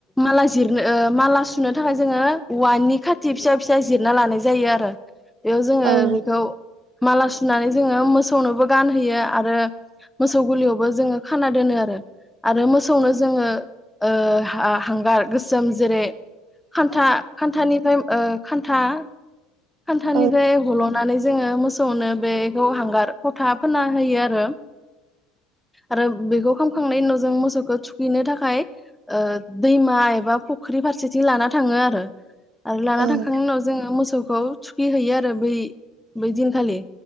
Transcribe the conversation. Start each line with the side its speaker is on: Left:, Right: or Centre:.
Centre: माला जिरनो ओ माला सुनो थाखाय जोङो औवानि खाथि फिसा फिसा जिरना लानाय जायो आरो बेयाव जोङो
Right: औ
Centre: बेखौ माला सुनानै जोङो मोसौनोबो गानहोयो आरो मोसौ गुलियावबो जोङो खाना दोनो आरो आरो मोसौनो जोङो ओ हा हांगार गोसोम जेरै खान्था खान्थानिफाय ओ खान्था खान्थानिफाय
Right: औ
Centre: हल'नानै जोङो मोसौनो बेखौ हांगार फथा फोनना होयो आरो आरो बेखौ खामखांनायनि उनाव जों मोसौखो थुखैनो थाखाय ओ दैमा एबा फख्रि फारसेथिं लाना थाङो आरो आरो लाना
Right: औ
Centre: थांखांनायनि
Right: नोंथां
Centre: उनाव जोङो मोसौ खौ थुखैहैयो आरो बै बै दिनखालि